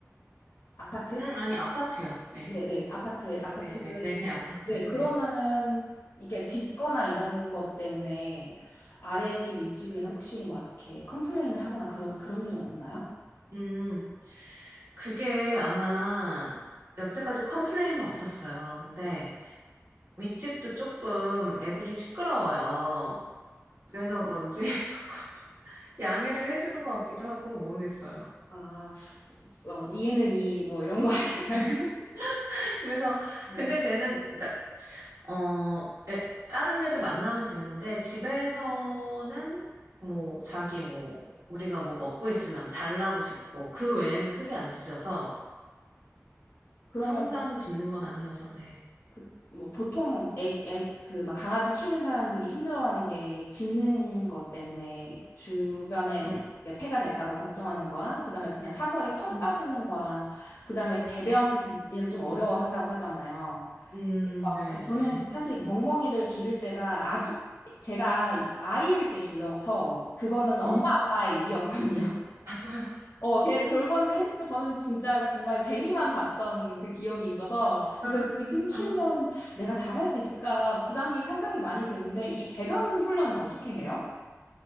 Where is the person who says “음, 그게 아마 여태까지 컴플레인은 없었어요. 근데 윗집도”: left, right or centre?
Right